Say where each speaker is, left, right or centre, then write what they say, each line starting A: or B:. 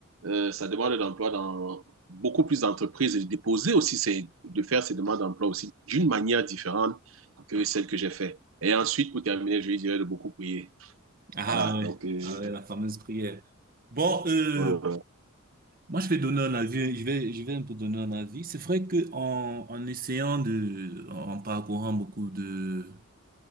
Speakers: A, on the right; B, on the right.
A: euh, sa demande d'emploi dans beaucoup plus d'entreprises et de déposer aussi ses, de faire ses demandes d'emploi aussi d'une manière différente que celle que j'ai fait. Et ensuite, pour terminer, je lui dirai de beaucoup prier.
B: Ah
A: Voilà, donc...
B: ouais,
A: Euh,
B: ah ouais, la fameuse prière. Bon, euh,
A: ouais, ouais,
B: moi je vais donner un avis, je vais, je vais un peu donner un avis. C'est vrai que en, en essayant de, en parcourant beaucoup de